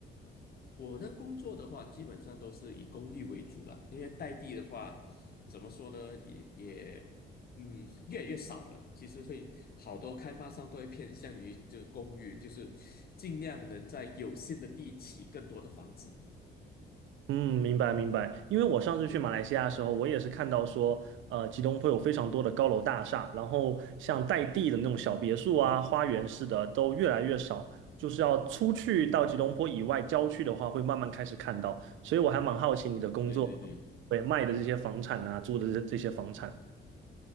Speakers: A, on the left; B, on the right.
A: 我的工作的话，基本上都是以公寓为主了，因为代地的话，怎么说呢，也也，嗯，越来越少了。其实会好多开发商都会偏向于这公寓，就是尽量能在有限的地起更多的房子。
B: 嗯，明白明白。因为我上次去马来西亚的时候，我也是看到说，呃，吉隆坡有非常多的高楼大厦，然后像带地的那种小别墅啊、花园式的都越来越少，就是要出去到吉隆坡以外郊区的话，会慢慢开始看到。所以我还蛮好奇你的工作，
A: 对对对，
B: 对，卖的这些房产啊，租的这这些房产。